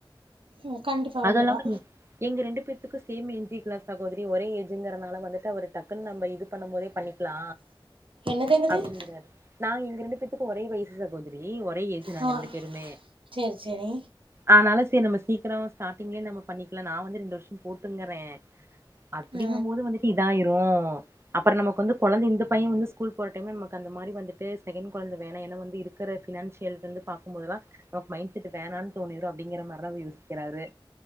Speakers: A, on the right; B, on the right.
A: ம் கண்டிப்பா
B: அது
A: கண்டிப்பா
B: இல்லாம எங்க ரெண்டு பேத்துக்கு சேம் ஏஜுங்களா சகோதரி ஒரே ஏஜுங்கறனால வந்துட்டு அவரு டக்குன்னு நம்ம இது பண்ணும் போதே பண்ணிக்லா
A: என்னது என்னது
B: அப்டிங்கிறாரு நான் எங்க ரெண்டு பேத்துக்கு ஒரே வயசு சகோதரி ஒரே ஏஜு நாங்க
A: ஆ
B: ரெண்டு பேருமே
A: சேரி சேரி
B: அதனால சேரி நம்ம சீக்கிரோ ஸ்டார்டிங்லயே நம்ம பண்ணிக்கலா நா வந்து ரெண்டு வருஷோ போட்டுங்கறே அப்டிங்கும்
A: ஆ
B: போது வந்துட்டு இ தாயிரு அப்புற நமக்கு வந்து கொழந்த இந்த பைய வந்து ஸ்கூல் போற டைம்ல நமக்கு அந்த மாரி வந்துட்டு செகண்ட் கொழந்த வேணா ஏன்னா வந்து இருக்குற ஃபினான்சியல்க்கு வந்து பாக்கும் போதெல்லா நமக்கு மைண்ட் செட் வேணான் தோணிரு அப்டிங்கிற மாரிதா அவரு யோசிக்கிறாரு